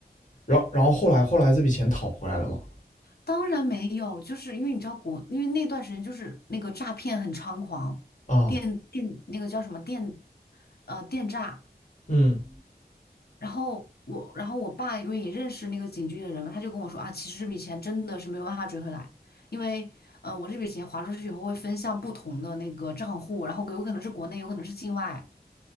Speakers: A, on the left; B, on the left.
A: 然后然后后来后来这笔钱讨回来了嘛？
B: 当然没有，就是因为你知道国，因为那段时间就是那个诈骗很猖狂，
A: 啊，
B: 电电那个叫什么电，呃电诈。
A: 嗯，
B: 然后我，然后我爸因为也认识那个警局的人嘛，他就跟我说啊，其实这笔钱真的是没有办法追回来，因为呃我这笔钱划出去以后会分向不同的那个账户，然后有可能是国内，有可能是境外，